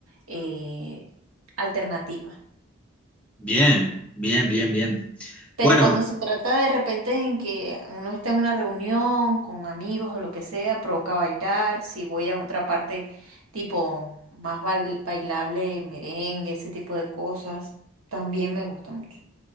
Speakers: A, on the right (about 85°); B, in the centre.
A: eh, alternativa.
B: Bien, bien, bien, bien.
A: Pero
B: Bueno,
A: cuando se trata de repente en que uno está en una reunión con amigos o lo que sea, provoca bailar. Si voy a otra parte tipo más bail- bailable, merengue, ese tipo de cosas, también me gusta mucho.